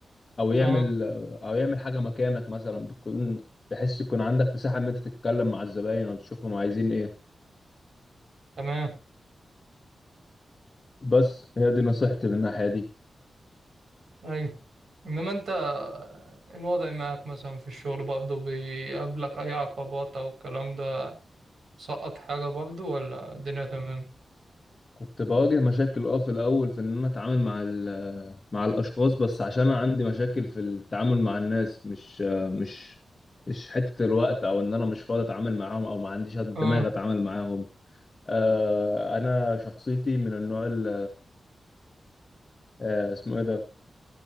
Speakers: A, on the left; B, on the right.
A: او يعمل
B: اه
A: او يعمل حاجة مكانك مثلا بتكون بحيث يكون عندك مساحة ان انت تتكلم مع الزباين او تشوفهم عايزين ايه
B: تمام
A: بس هي دي نصيحتي من الناحية دي
B: ايوه انما انت الوضع معك مثلا في الشغل برضه بيقابلك اي عقبات او الكلام ده سقط حاجة برضه ولا الدنيا تمام
A: كنت بواجه مشاكل اه في الاول في ان انا اتعامل مع ال- مع الاشخاص بس عشان انا عندي مشاكل في التعامل مع الناس مش مش مش حتة الوقت او ان انا مش فاضي اتعامل معاهم او ما عنديش دماغ
B: اه
A: اتعامل معاهم آه، انا شخصيتي من النوع ال- آه، اسمه ايه ده